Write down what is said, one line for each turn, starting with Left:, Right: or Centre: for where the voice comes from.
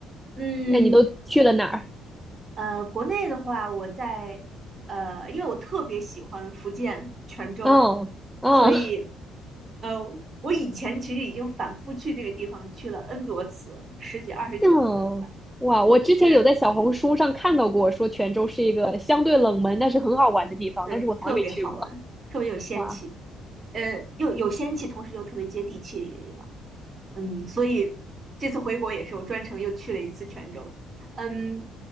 Right: 嗯，
Centre: 那你都去了哪儿？
Right: 呃，国内的话，我在呃，因为我特别喜欢福建泉州，
Centre: 哦，哦，
Right: 所以呃，我以前其实已经反复去那个地方去了 N 多次，十几、二十几次，
Centre: <laughs> 哦，哇！我之前有在小红书上看到过，
Right: 是，
Centre: 说泉州是一个相对冷门但是很好玩的地方，
Right: 对，
Centre: 但是我从来没去过。
Right: 特别好玩，特别有仙气。
Centre: 哇，
Right: 呃，又有仙气，同时又特别接地气的一个地方。嗯，所以这次回国也是我专程又去了一次泉州。嗯，